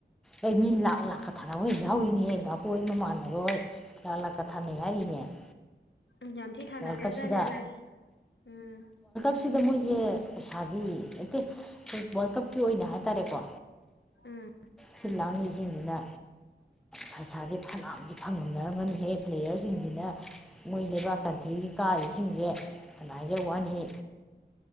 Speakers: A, in the centre; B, on the left.
A: ꯑꯩ ꯃꯤ ꯂꯥꯛ ꯂꯥꯛꯀ ꯊꯥꯅꯕ ꯍꯣꯏ ꯌꯥꯎꯔꯤꯅꯦꯍꯦ ꯀꯥ ꯕꯣꯏ ꯍꯣꯏ ꯃꯃꯥꯟꯅꯕ ꯍꯣꯏ ꯂꯥꯛ ꯂꯥꯛꯀ ꯊꯥꯅꯩ ꯍꯥꯏꯔꯤꯅꯦ <inaudible>
B: ꯎꯝ ꯌꯥꯝ ꯊꯤ ꯊꯥꯅꯒ꯭ꯔ
A: ꯋꯥꯔꯜ ꯀꯞꯁꯤꯗ
B: ꯖꯥꯠꯅꯤꯍꯦ ꯎꯝ
A: ꯁꯤꯗ ꯃꯣꯏꯁꯦ ꯄꯩꯁꯥꯒꯤ ꯑꯇꯩ ꯋꯥꯔꯜ ꯀꯞꯀꯤ ꯑꯣꯏꯅ ꯍꯥꯏꯇꯥꯔꯦꯀꯣ
B: ꯎꯝ
A: ꯁꯤꯜꯂꯥꯡ ꯉꯤꯁꯤꯖꯤꯁꯤꯅ ꯄꯩꯁꯥꯁꯦ ꯐꯅꯥꯝꯁ ꯐꯪꯉꯝꯅꯔꯝꯒꯅꯤꯍꯦ ꯄ꯭ꯂꯦꯌꯔꯁꯤꯡꯁꯤꯅ ꯃꯣꯏ ꯂꯩꯕꯥꯛꯀ ꯑꯗꯒꯤ ꯀꯥꯔꯤꯁꯤꯡꯁꯦ ꯀꯃꯥꯏꯖ ꯋꯥꯅꯤ